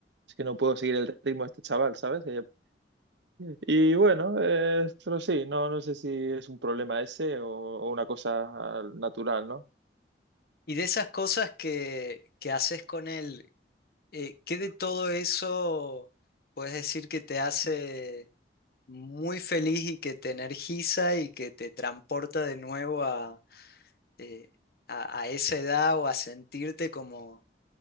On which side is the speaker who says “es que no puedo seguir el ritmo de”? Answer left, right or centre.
Right